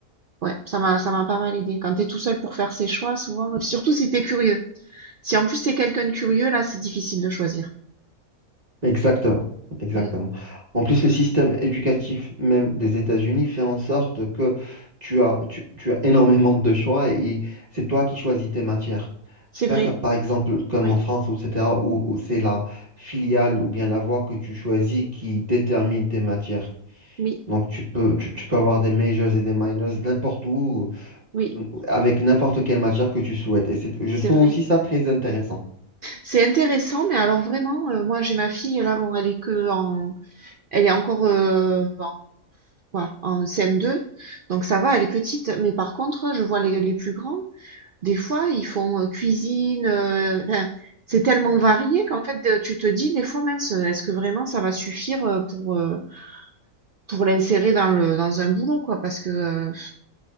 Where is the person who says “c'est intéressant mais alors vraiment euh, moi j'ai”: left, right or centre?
Right